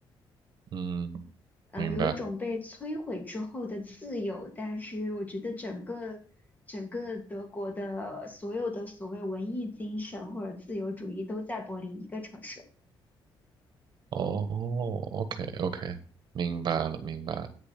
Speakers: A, on the right (about 55°); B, on the left (about 20°).
A: 嗯，
B: 嗯，
A: 明白。
B: 有一种被摧毁之后的自由，但是我觉得整个整个德国的所有的所谓文艺精神或者自由主义都在柏林一个城市，
A: 哦，OK，OK，明白了，明白了。